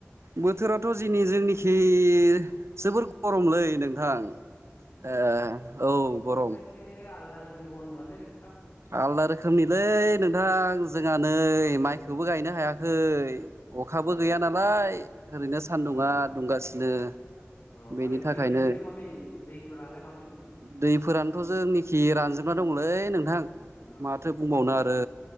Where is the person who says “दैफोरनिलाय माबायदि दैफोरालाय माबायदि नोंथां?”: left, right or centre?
Left